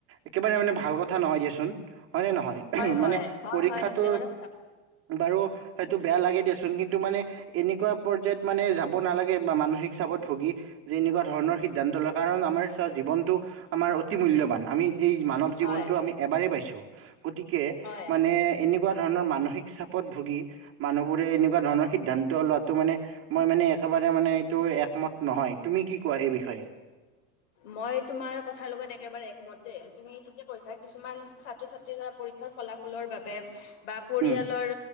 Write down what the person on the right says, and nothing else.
একেবাৰে মানে ভাল কথা নহয় দিয়াচোন হয়নে নহয়?
পৰীক্ষাটো
বাৰু সেইটো বেয়া লাগে দিয়াচোন কিন্তু মানে এনেকুৱা পৰ্যায়ত মানে যাব নালাগে মানসিক চাপত ভুগি যে এনেকুৱা ধৰণৰ সিদ্ধান্ত লয় কাৰণ আমাৰ জীৱনটো আমাৰ অতি মূল্যৱান আমি এই মানৱ জীৱনটো
আমি এবাৰে পাইছো গতিকে
মানে এনে কুৱা ধৰণৰ মানসিক চাপত ভুগি মানুহবোৰে এনেকুৱা ধৰণৰ সিদ্ধান্ত লোৱাটো মানে মই মানে একেবাৰে মানে এইটো একমত নহয়। তুমি কি কোৱা এই বিষয়ে? <inaudible>
উম